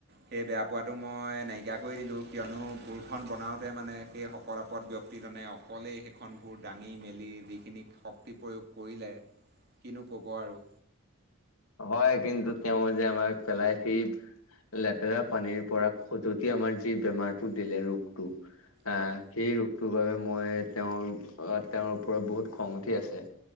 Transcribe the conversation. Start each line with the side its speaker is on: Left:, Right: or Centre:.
Right: সেই বেয়া পোৱাটো মই নাইকিয়া কৰি দিলোঁ কিয়নো ভুলখন বনাওঁ মানে সেই শকত আপদ ব্যক্তিজনে অকলেই সেইখনবোৰ দাঙি মেলি যিখিনি শক- শক্তি প্ৰয়োগ কৰিলে কিনো ক'ব আৰু।
Left: হয় কিন্তু তেওঁ যে আমাৰ পেলাই সেই লেতেৰা পানীৰ পৰা খজতি আমাৰ যি বেমাৰটো দিলে ৰোগটো আহ
Right: হয়
Left: সেই ৰোগটোৰ বাবে মই তেওঁৰ, তেওঁৰ ওপৰত বহুত খং উঠি আছে।